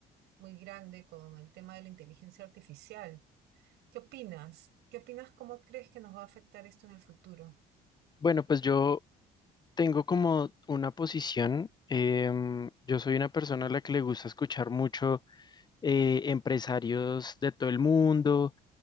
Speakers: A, on the right; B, on the left.
A: muy grande con el tema de la inteligencia artificial. ¿Qué opinas? ¿Qué opinas? ¿Cómo crees que nos va a afectar esto en el futuro?
B: Bueno, pues yo tengo como una posición. em, yo soy una persona a la que le gusta escuchar mucho eh, empresarios de todo el mundo,